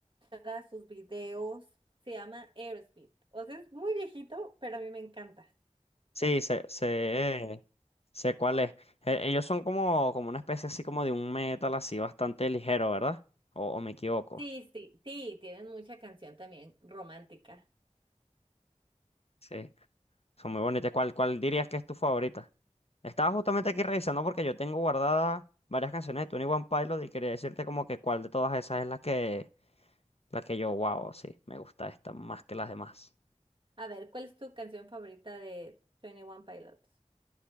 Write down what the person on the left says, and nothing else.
Sí, sé, sé, sé cuál es. Eh, Ellos son como, como una especie así como de un metal así bastante ligero, ¿verdad? O, o me equivoco.
Sí. Son muy bonitas. ¿Cuál, cuál dirías que es tu favorita? Estaba justamente aquí revisando porque yo tengo guardadas varias canciones de Twenty One Pilot y quería decirte como que cuál de todas esas es la que, la que yo, wow, sí, me gusta esta más que las demás.